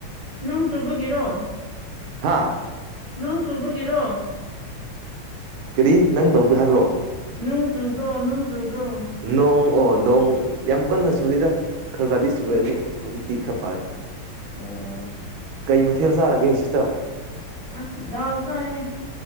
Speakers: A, on the left (about 60°); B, on the right (about 75°).
A: ꯅꯣꯡ ꯆꯨꯕꯒꯤꯔꯣ
B: ꯍꯥꯥ
A: ꯅꯣꯡ ꯆꯨꯕꯒꯤꯔꯣ
B: ꯀꯔꯤ ꯅꯪ ꯇꯧꯒꯦ ꯍꯥꯏꯕꯣ
A: ꯅꯨꯡ ꯆꯨꯕ꯭ꯔꯣ ꯅꯨꯡ ꯆꯨꯕ꯭ꯔꯣ
B: ꯅꯣꯡ ꯑꯣ ꯅꯣꯡ ꯌꯥꯝ ꯀꯟꯅ ꯁꯨꯔꯤꯗ ꯈꯔ ꯈꯔꯗꯤ ꯆꯨꯨꯔꯦ ꯑꯗꯣ ꯍꯧꯖꯤꯛꯇꯤ ꯈꯔ ꯐꯔꯦ
A: ꯑꯣ
B: ꯀꯩ ꯃꯊꯦꯜ ꯆꯥꯔꯒꯦ ꯁꯤꯁꯇꯔ
A: ꯑꯁ ꯗꯜ ꯆꯌꯦ